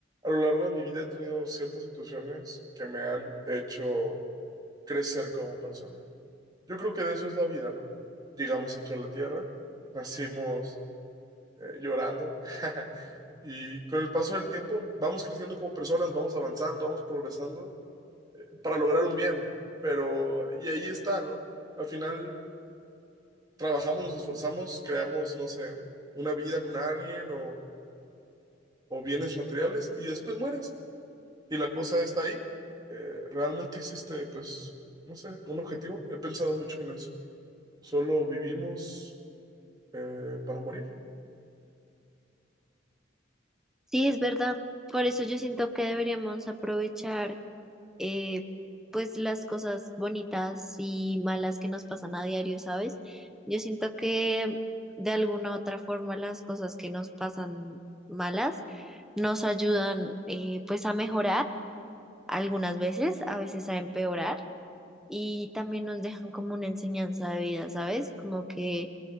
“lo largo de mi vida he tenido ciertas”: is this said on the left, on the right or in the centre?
Right